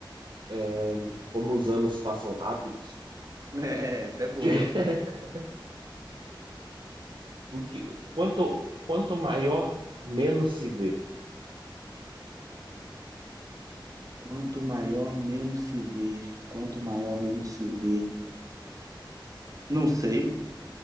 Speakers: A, on the right; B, on the right.
A: É, como os anos passam rápidos.
B: É, essa é boa.
A: <laughs> O que, quanto, quanto maior, menos se vê.
B: Quanto maior, menos se vê. Quanto maior, menos se vê. Não sei.